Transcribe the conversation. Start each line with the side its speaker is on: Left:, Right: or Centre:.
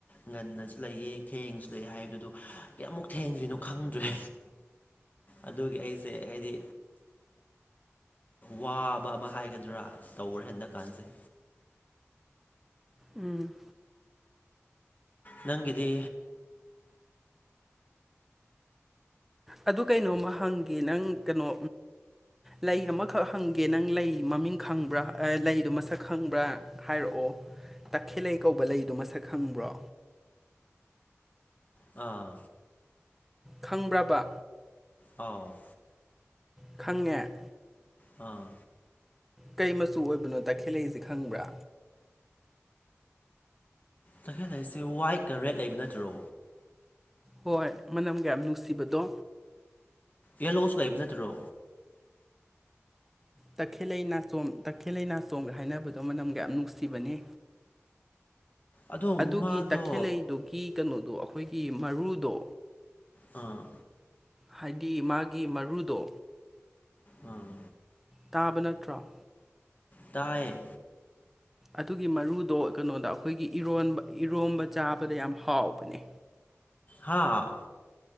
Left: ꯉꯟꯅꯁꯨ ꯂꯩꯌꯦ ꯊꯦꯡꯁꯨ ꯂꯩ ꯍꯥꯏꯕꯗꯨꯣ ꯀꯌꯥꯃꯨꯛ ꯊꯦꯡꯗ꯭ꯔꯤꯅꯣ ꯈꯪꯗ꯭ꯔꯦ ꯑꯗꯨꯒꯤ ꯑꯩꯁꯦ ꯑꯩꯗꯤ ꯋꯥꯕ ꯑꯃ ꯍꯥꯏꯒꯗ꯭ꯔꯥ ꯇꯧꯔꯦ ꯍꯟꯟꯅ ꯀꯥꯟꯖꯩ
Centre: ꯎꯝ
Left: ꯅꯪꯗꯤ
Centre: ꯑꯗꯨ ꯀꯩꯅꯣꯝꯃ ꯍꯪꯒꯦ ꯅꯪ ꯀꯩꯅꯣ ꯂꯩ ꯑꯃꯈꯛ ꯍꯪꯒꯦ ꯅꯪ ꯂꯩ ꯃꯃꯤꯡ ꯈꯪꯕ꯭ꯔꯥ ꯂꯩꯗꯣ ꯃꯁꯛ ꯈꯪꯕ꯭ꯔꯥ ꯍꯥꯏꯔꯛꯑꯣ ꯇꯈꯦꯜꯂꯩ ꯀꯧꯕ ꯂꯩꯗꯣ ꯃꯁꯛ ꯈꯪꯕ꯭ꯔꯣ
Left: ꯑꯥ
Centre: ꯈꯪꯕ꯭ꯔꯕ
Left: ꯑꯥꯎ
Centre: ꯈꯪꯉꯦ
Left: ꯑꯥ
Centre: ꯀꯩ ꯃꯆꯨ ꯑꯣꯏꯕꯅꯣ ꯇꯈꯦꯜꯂꯛꯏꯁꯦ ꯈꯪꯕ꯭ꯔꯥ
Left: ꯇꯈꯦꯜ ꯍꯥꯏꯁꯦ ꯋꯥꯏꯠꯀ ꯔꯦꯗ ꯂꯩꯕ ꯅꯠꯇ꯭ꯔꯣ
Centre: ꯍꯣꯏ ꯃꯅꯝ ꯀꯌꯥꯝ ꯅꯨꯡꯁꯤꯕꯗꯣ
Left: ꯌꯦꯂꯣꯁ ꯂꯩꯕ ꯅꯠꯇ꯭ꯔꯣ
Centre: ꯇꯈꯦꯜ ꯂꯩ ꯅꯥꯆꯣꯝ ꯇꯈꯦꯜ ꯂꯩ ꯅꯥꯆꯣꯝꯒ ꯍꯥꯏꯅꯕꯗꯣ ꯃꯅꯝꯒ ꯌꯥꯝ ꯅꯨꯡꯁꯤꯕꯅꯤ
Left: ꯑꯗꯣ
Centre: ꯑꯗꯨꯒꯤ
Left: ꯃꯥꯗꯣ
Centre: ꯇꯈꯦꯜꯂꯩꯗꯨꯒꯤ ꯀꯩꯅꯣꯗꯣ ꯑꯩꯈꯣꯏꯒꯤ ꯃꯔꯨꯗꯣ
Left: ꯑꯥ
Centre: ꯍꯥꯏꯗꯤ ꯃꯥꯒꯤ ꯃꯔꯨꯗꯣ
Left: ꯑꯥ
Centre: ꯇꯥꯕ ꯅꯠꯇ꯭ꯔꯣ
Left: ꯇꯥꯏꯌꯦ
Centre: ꯑꯗꯨꯒꯤ ꯃꯔꯨꯗꯣ ꯀꯩꯅꯣꯗ ꯑꯩꯈꯣꯏꯒꯤ ꯏꯔꯣꯟꯕ ꯏꯔꯣꯝꯕ ꯆꯥꯕꯗ ꯌꯥꯝ ꯍꯥꯎꯕꯅꯦ
Left: ꯍꯥꯥ